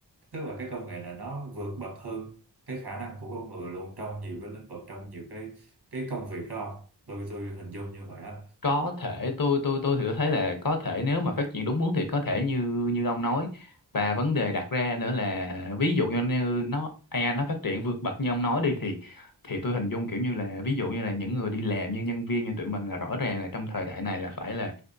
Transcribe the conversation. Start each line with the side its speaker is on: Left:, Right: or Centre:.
Right: tức là cái công nghệ này nó vượt bậc hơn cái khả năng của con người luôn trong nhiều cái lĩnh vực trong nhiều cái cái công việc đó không? Tôi tôi hình dung như vậy á.
Left: có thể tôi tôi tôi thì tôi thấy là có thể nếu mà phát triển đúng hướng thì có thể như như ông nói và vấn đề đặt ra nữa là ví dụ như như nó AI nó phát triển vượt bậc như ông nói đi thì thì tôi hình dung kiểu như là ví dụ như là những người đi làm như nhân viên như tụi mình là rõ ràng là trong thời đại này là phải là